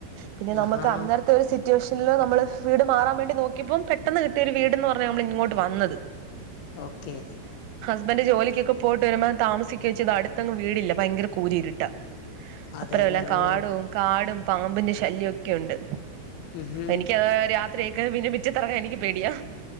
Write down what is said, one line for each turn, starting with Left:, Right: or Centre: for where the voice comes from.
Right: പിന്നെ
Left: ആഹാ
Right: നമക്ക് അന്നരത്തെ ഒരു സ് സിറ്റുവേഷനില് നമ്മള് വീട് മാറാൻ വേണ്ടി നോക്കിയപ്പോം പെട്ടെന്ന് കിട്ടിയെര് വീടെന്ന് പറഞ്ഞാ നമ്മള് ഇങ്ങോട്ട് വന്നത്
Left: ഓക്കേ
Right: ഹസ്ബന്റ് ജോലിക്കൊക്കെ പോയിട്ട് വരുമ്പോ താമസിക്കൊ ചെയ്താ അടുത്തങ്ങ് വീടില്ല ഭയങ്കര കൂരിരുട്ടാ.
Left: അതെല്ലേ
Right: അപ്പറമെല്ലാം കാടും
Left: ഓ
Right: കാ പാമ്പിന്റെ ശല്യ ഒക്കെ ഉണ്ട്
Left: ഉം ഹും.
Right: എനിക്ക് കാര രാത്രി പിന്നെമിറ്റത്തറങ്ങാൻ എനിക്ക് പേടിയാ